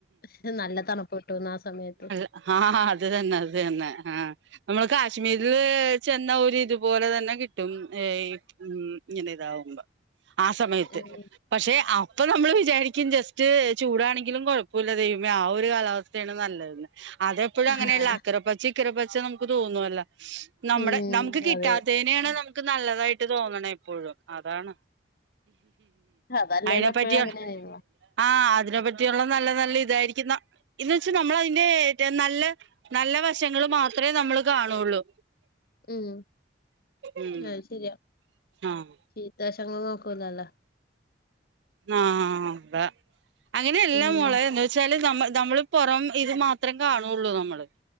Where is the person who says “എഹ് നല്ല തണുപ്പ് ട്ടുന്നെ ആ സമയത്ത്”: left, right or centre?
Left